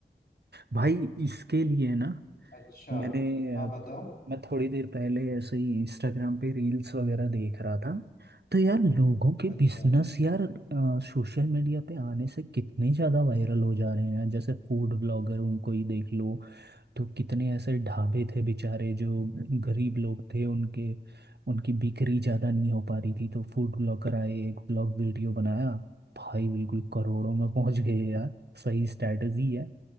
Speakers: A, on the right; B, on the left.
A: भाई इसके लिए ना
B: अच्छा
A: मैंने
B: हाँ
A: अ,
B: बताओ
A: मैं थोड़ी देर पहले ऐसे ही इंस्टाग्राम पे रील्स वगैरह देख रहा था तो यार लोगों के
B: अच्छा
A: बिजनेस यार सोशल मीडिया पे आने से कितने ज़्यादा वायरल हो जा रहे हैं जैसे फूड ब्लॉगर उनको ही देख लो तो कितने ऐसे ढाबे थे बेचारे जो गरीब लोग थे उनके उनकी बिक्री ज़्यादा नहीं हो पा रही थी तो फूड ब्लॉगर आए एक ब्लॉग वीडियो बनाया भाई बिल्कुल करोड़ों में पहुंच गए यार सही स्ट्रैटेजी है